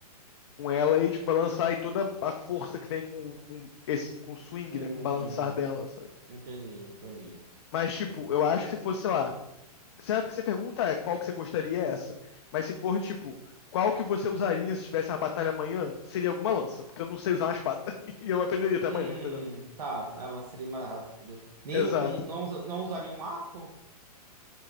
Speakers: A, on the left; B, on the right.
A: com ela e tipo, balançar e toda a força que vem com, com esse com o swing,
B: hum,
A: né? Com o balançar dela, sabe?
B: entendi, entendi.
A: Mas, tipo, eu acho que se fosse, sei lá. Se a, se a pergunta é qual que você gostaria é essa. Mas se for, tipo, qual que você usaria se tivesse uma batalha amanhã, seria alguma lança. Porque eu não sei usar uma espada. <laughs> E eu não aprenderia até
B: Hum,
A: amanhã, entendeu?
B: tá, ela seria mais rápido. Nem,
A: Exato.
B: não, não, usa- não usaria um arco?